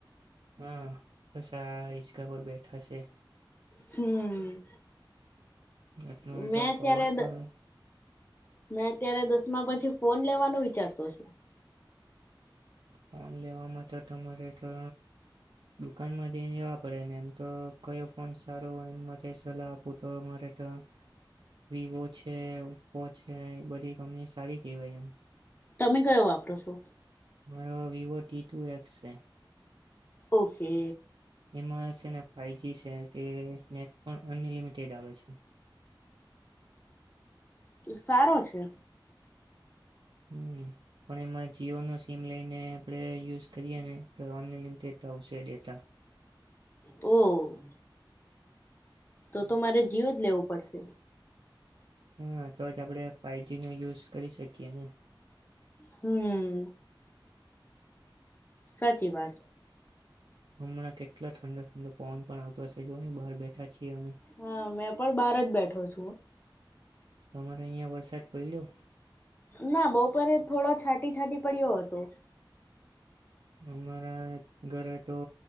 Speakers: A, on the right (about 75°); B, on the left (about 25°).
A: હા બસ આ ઇચકા પર બેઠા સે
B: હમ
A: અત્યારે
B: મેં
A: તો
B: અત્યારે
A: પવન પણ
B: દ મેં અત્યારે દસમા પછી ફોન લેવાનો વિચારતો શે
A: ફોન લેવામાં તો તમારે તો દુકાનમાં જઈ લેવા પડેને એમ તો કયો ફોન સારો એ સલાહ આપું તો મારે તો વિવો છે ઓપ્પો છે બધી કંપની સારી કહેવાય એમ
B: તમે કયો વાપરો છો
A: મારો વિવો ટી ટુ એક્સ છે.
B: ઓકે
A: એમાં છે ને ફાઇજી છે તે નેટ પણ અનલિમિટેડ આવે છે
B: સારો છે
A: હમ્મ પણ એમાં જીઓ નો સીમ લઈને આપણે યુઝ કરીએ ને તો અનલિમિટેડ આવશે ડેટા
B: ઓ તો તો મારે જિયો જ લેવું પડશે
A: હા તો જ આપણે ફાઈજી નો યુઝ કરી શકીએ ને
B: હમ્મ સાચી વાત
A: હમણાં કેટલો ઠંડો ઠંડો પવન પણ આવતો હશે જોને બહાર બેઠા છીએ અમે
B: હા મેં પણ બહાર જ બેઠો છું
A: તમારે અહિયાં વરસાદ પડ્યો
B: ના બપોરે થોડો છાંટી છાંટી પડ્યો હતો
A: અમારા ઘરે તો